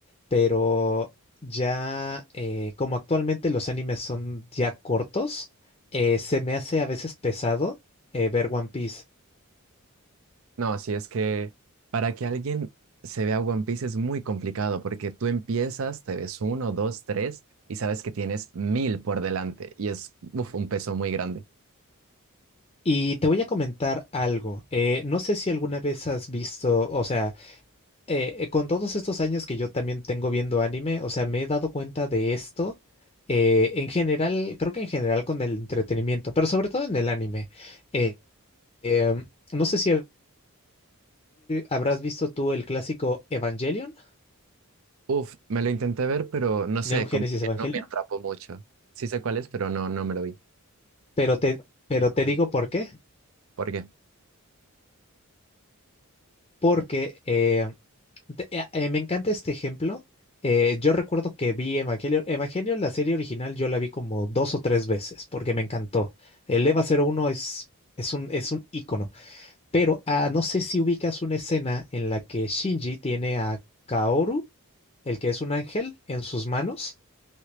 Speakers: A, on the left; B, on the right.
A: pero ya eh, como actualmente los animes son ya cortos, eh, se me hace a veces pesado eh, ver One Piece.
B: No, si es que para que alguien se vea One Piece es muy complicado porque tú empiezas, te ves uno, dos, tres y sabes que tienes mil por delante y es uf, un peso muy grande.
A: Y te voy a comentar algo. eh, no sé si alguna vez has visto, o sea, eh, eh, con todos estos años que yo también tengo viendo anime, o sea, me he dado cuenta de esto. eh, en general, creo que en general con el entretenimiento, pero sobre todo en el anime. Eh, em, no sé si hab- habrás visto tú el clásico Evangelion,
B: Uf, me lo intenté ver, pero no sé,
A: Neon Genesis
B: como que
A: Evangelion.
B: no me atrapó mucho. Sí sé cuál es, pero no, no me lo vi.
A: Pero te, pero te digo por qué.
B: ¿Por qué?
A: Porque eh, te- eh, eh, me encanta este ejemplo. Eh, yo recuerdo que vi Evangelion. Evangelion, la serie original, yo la vi como dos o tres veces porque me encantó. El EVA cero uno es, es un, es un ícono. Pero ah, no sé si ubicas una escena en la que Shinji tiene a Kaoru, el que es un ángel, en sus manos